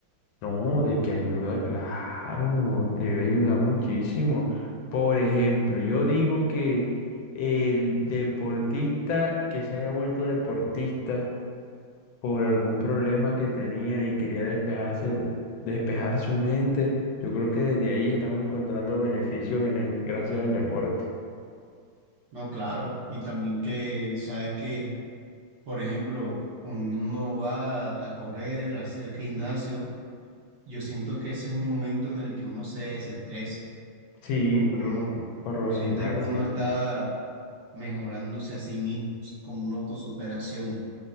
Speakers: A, on the left (about 75°); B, on the right (about 60°).
A: No, de que ayuda, claro, debe ayudar muchísimo. Por ejemplo, yo digo que el deportista que se haya vuelto deportista por algún problema que tenía y quería despejarse, despejar su mente. Yo creo que desde ahí estamos encontrando beneficios en el, gracias al deporte.
B: No, claro, y también que, ¿sabes que Por ejemplo, cuando uno va a correr, a hacer gimnasio, Yo siento que ese es un momento en el que uno se desestresa,
A: Sí,
B: porque
A: por
B: uno
A: lo, gen- por lo
B: siente
A: general,
B: que uno
A: sí.
B: está mejorándose a sí mismo, o sea, como una autosuperación.